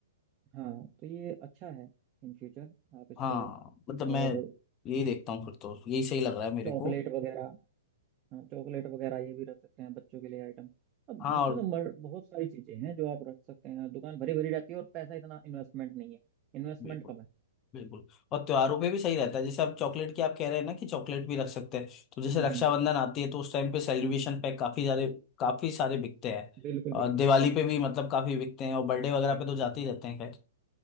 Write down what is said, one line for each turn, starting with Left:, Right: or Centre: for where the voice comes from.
Right: हाँ तो ये अच्छा है इन फ्यूचर आप इसको
Left: हाँ मतलब मैं
Right: और
Left: यही देखता हूँ फिर तो यही सही लग रहा है मेरे
Right: चॉकलेट
Left: को
Right: वगैरह हाँ चॉकलेट वगैरह ये भी रख सकते हैं बच्चों के लिए आइटम अब
Left: हाँ
Right: इसमें
Left: और
Right: तो मर, बहुत सारी चीजें हैं जो आप रख सकते हैं दुकान भरी भरी रहती है और पैसा इतना इन्वेस्टमेंट नहीं है इन्वेस्टमेंट
Left: बिल्कुल
Right: कम है
Left: बिल्कुल और त्योहारों पे भी सही रहता है जैसे आप चॉकलेट की आप कह रहे हैं ना कि चॉकलेट भी रख सकते हैं तो जैसे
Right: हम्म
Left: रक्षाबंधन
Right: हम्म
Left: आती है तो उस टाइम पे सेलिब्रेशन पैक काफी सारे काफी सारे बिकते हैं
Right: बिल्कुल
Left: और
Right: बिल्कुल
Left: दिवाली
Right: बिल्कुल।
Left: पे भी मतलब काफी बिकते हैं और बर्थडे वगैरह पे तो जाते ही रहते हैं खैर